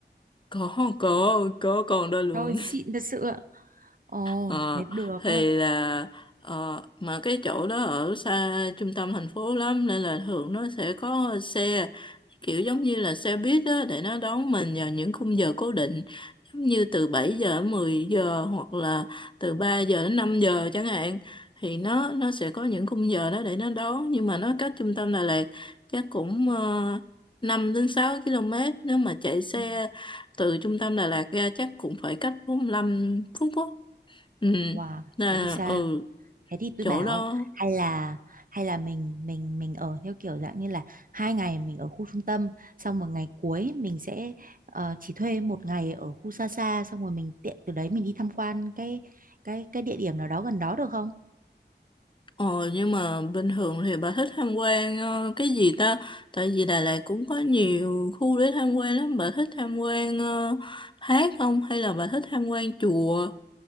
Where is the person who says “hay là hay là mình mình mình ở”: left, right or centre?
Right